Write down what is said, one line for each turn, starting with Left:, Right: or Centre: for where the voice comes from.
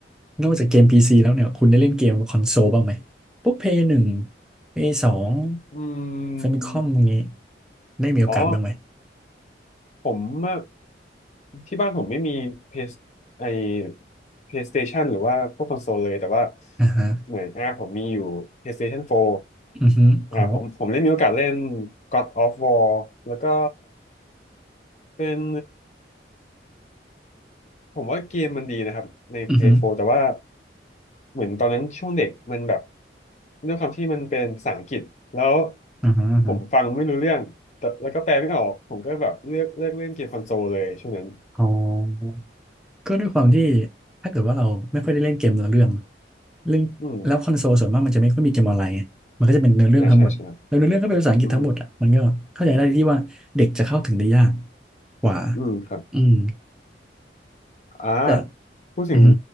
Centre: นอกจากเกม PC แล้วเนี่ย คุณได้เล่นเกมคอนโซลบ้างไหมพวกเพยหนึ่งเพย์สอง
Left: อืม
Centre: ฟมิคอมพวกนี้ ได้มีโอกาสบ้างไหม
Left: อ๋อ ผมเมื่อที่บ้านผมไม่มีเพสไอ PlayStation หรือว่าพวกคอนโซลเลยแต่ว่า
Centre: อ่าฮะ
Left: เหมือนอ่าผมมีอยู่ PlayStation 4
Centre: อือฮึโห
Left: อ่าผมผมได้มีโอกาสเล่น God of War แล้วก็เป็นผมว่าเกมมันดีนะครับใน
Centre: อือฮึ
Left: Play 4แต่ว่าเหมือนตอนนั้นช่วงเด็กมันแบบด้วยความที่มันเป็นภาษาอังกฤษแล้ว
Centre: อ่าฮะอ่าฮะ
Left: ผมฟังไม่รู้เรื่องแต่แล้วก็แปลไม่ออกผมก็แบบเลือกเลือกเล่นเกมคอนโซลเลยช่วงนั้น
Centre: อ๋อ ก็ด้วยความที่ถ้าเกิดว่าเราไม่ค่อยได้เล่นเกมเนื้อเรื่องเล่นแล้วคอนโซลส่วนมากมันจะไม่ค่อยมีเกมออนไลน์ไงมันก็จะเป็นเนื้อเรื่องทั้งหมดแล้วเนื้อเรื่องก็เป็นภาษาอังกฤษทั้งหมดอ่ะมันก็เข้าใจได้ที่ว่าเด็กจะเข้าถึงได้ยาก
Left: อืม อ่าใช่ใช่ครับอืม
Centre: กว่า
Left: อืมครับ
Centre: อืม
Left: อ่า
Centre: แต่
Left: พูดถึง
Centre: อือฮึ